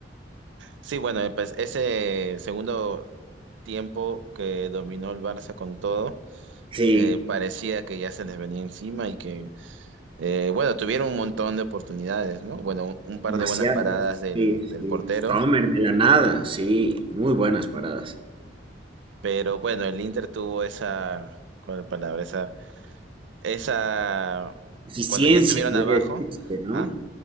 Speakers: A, on the right (about 80°); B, on the right (about 30°).
A: Sí, bueno, eh, pues ese segundo tiempo que dominó el Barça con todo,
B: Sí,
A: eh, parecía que ya se les venía encima y que, eh, bueno, tuvieron un montón de oportunidades, ¿no? Bueno, un, un par
B: demasiadas.
A: de buenas paradas del,
B: Sí,
A: del
B: sí.
A: portero,
B: Sommer de la nada, sí, muy buenas paradas.
A: pero bueno, el Inter tuvo esa, ¿cuál es la palabra? Esa, esa,
B: Eficiencia,
A: cuando ya estuvieron
B: podría
A: abajo,
B: decirse, ¿no?
A: ¿ah?